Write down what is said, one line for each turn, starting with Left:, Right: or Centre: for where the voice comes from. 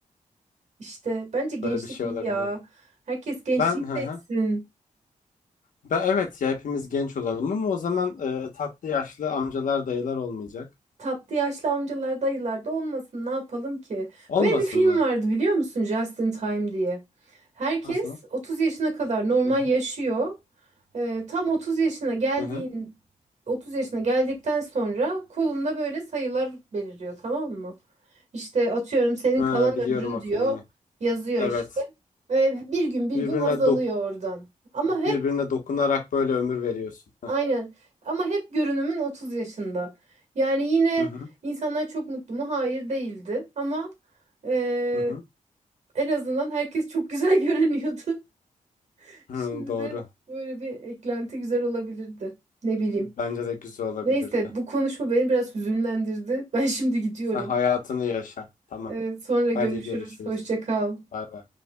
Right: İşte bence gençlik
Left: Böyle bir şey
Right: iyi
Left: olabilirdi.
Right: ya. Herkes gençliği
Left: Ben hı
Right: seçsin.
Left: hı. Ben evet ya hepimiz genç olalım ama o zaman e, tatlı yaşlı amcalar dayılar olmayacak.
Right: Tatlı yaşlı amcalar dayılar da olmasın ne yapalım ki?
Left: Olmasın
Right: Böyle bir film
Left: mı?
Right: vardı biliyor musun Just in Time diye. Herkes
Left: Nasıl?
Right: 30 yaşına kadar normal
Left: Hı hı.
Right: yaşıyor. Ee, tam 30 yaşına geldiğin
Left: Hı hı.
Right: 30 yaşına geldikten sonra kolunda böyle sayılar beliriyor tamam mı? İşte atıyorum senin
Left: Ha,
Right: kalan
Left: biliyorum
Right: ömrün
Left: o filmi.
Right: diyor yazıyor
Left: Evet.
Right: işte. Ve bir gün bir
Left: Birbirine
Right: gün azalıyor
Left: dok-
Right: oradan. Ama hep
Left: birbirine dokunarak böyle ömür veriyorsun. Heh.
Right: Aynen. Ama hep görünümün 30 yaşında. Yani yine
Left: Hı hı.
Right: insanlar çok mutlu mu? Hayır değildi. Ama eee,
Left: Hı hı.
Right: en azından herkes çok güzel <laughs> görünüyordu. Şimdi
Left: Hı, doğru.
Right: de böyle bir eklenti güzel olabilirdi. Ne bileyim.
Left: Bence de güzel olabilirdi.
Right: Neyse bu konuşma beni biraz hüzünlendirdi. Ben <laughs> şimdi gidiyorum.
Left: Sen hayatını yaşa. Tamam.
Right: Evet, sonra görüşürüz.
Left: Haydi görüşürüz.
Right: Hoşça kal.
Left: Bay bay.